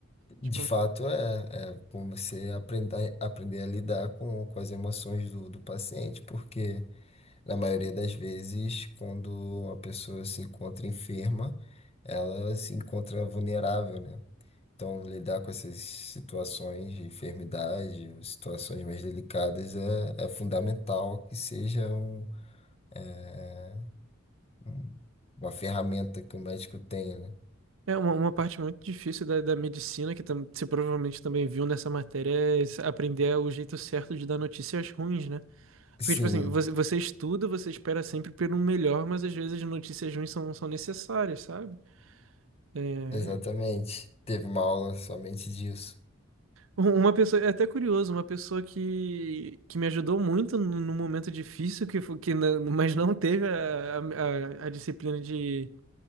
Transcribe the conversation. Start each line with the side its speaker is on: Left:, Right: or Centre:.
Right: Tipo,
Left: De fato, é, é como você aprender, aprender a lidar com, com as emoções do, do paciente, porque Na maioria das vezes, quando uma pessoa se encontra enferma, ela se encontra vulnerável, né? Então, lidar com essas situações de enfermidade, ou situações mais delicadas, é, é fundamental que seja um- né, um- uma ferramenta que o médico tenha, né?
Right: É uma, uma parte muito difícil da, da medicina, que tam, você provavelmente também viu nessa matéria, é s- aprender o jeito certo de dar notícias ruins, né? Porque,
Left: Sim,
Right: tipo assim, você, você estuda, você espera sempre pelo melhor, mas às vezes as notícias ruins são, são necessárias, sabe? É...
Left: exatamente. Teve uma aula somente disso.
Right: um- Uma pessoa, é até curioso, uma pessoa que, que me ajudou muito num num momento difícil, que, fo- que na- mas não teve a, a, a a disciplina de